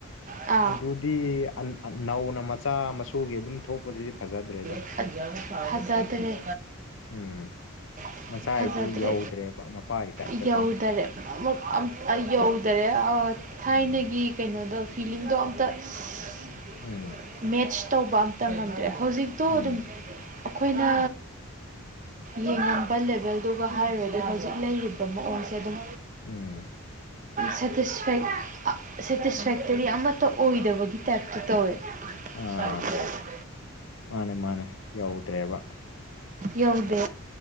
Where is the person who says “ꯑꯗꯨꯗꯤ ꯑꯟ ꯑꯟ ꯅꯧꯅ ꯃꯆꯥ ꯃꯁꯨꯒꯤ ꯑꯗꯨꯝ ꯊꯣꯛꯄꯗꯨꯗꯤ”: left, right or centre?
Left